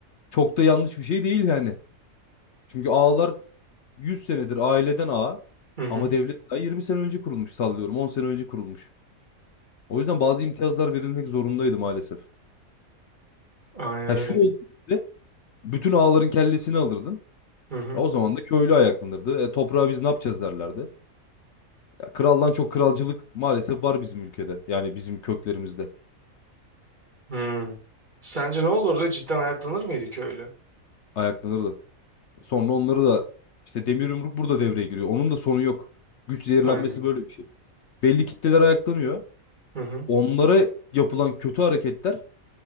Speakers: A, on the left; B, on the right.
A: çok da yanlış bir şey değil yani. Çünkü ağalar 100 senedir aileden ağa
B: Hı hı.
A: ama devlet daha 20 sene önce kurulmuş sallıyorum 10 sene önce kurulmuş. O yüzden bazı imtiyazlar verilmek zorundaydı maalesef.
B: Aynen
A: Ha şu
B: öyle.
A: olduğunda bütün ağaların kellesini alırdın.
B: Hı hı.
A: Ya O zaman da köylü ayaklanırdı. E, toprağı biz ne yapacağız derlerdi. Ya, kraldan çok kralcılık maalesef var bizim ülkede. Yani bizim köklerimizde
B: Hı. Sence ne olurdu? Cidden ayaklanır mıydı köylü?
A: ayaklanırdı. Sonra onları da işte demir yumruk burada devreye giriyor. Onun da sonu yok. Güç zehirlenmesi
B: Aynen.
A: böyle bir şey. Belli kitleler ayaklanıyor.
B: Hı hı.
A: Onlara yapılan kötü hareketler